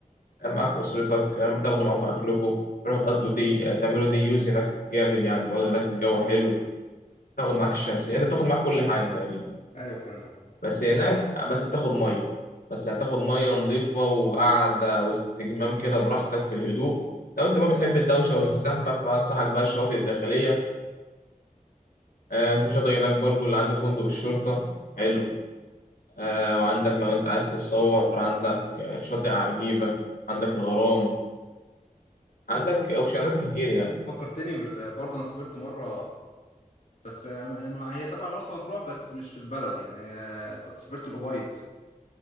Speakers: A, on the left; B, on the left.
A: معاك أسرتك بتاخدوا معاكم أكلكم تروحوا تقضوا دي تعملوا دي يوز هناك جامد يعني تقعدوا هناك الجو حلو تاخد معاك الشمسية انت بتاخد معاك كل حاجة تقريبا
B: أيوة فهمتك آه.
A: بس هناك بس بتاخد مية بس هتاخد مية نظيفة وقعدة واستجمام كده براحتك في الهدوء لو انت بقى بتحب الدوشة والزحمة فأنصحك بقى الشواطئ الداخلية آه، في شاطئ هناك برضو اللي عنده فندق الشرطة حلو آه، وعندك لو انت عايز تتصور عندك آه، شاطئ عجيبة عندك الغرام عندك اوبشنات كتير يعني
B: فكرتني بال... برضه أنا سافرت مرة بس آه، هي طبعا مرسى مطروح بس مش في البلد يعني آه، كنت سافرت الأبيض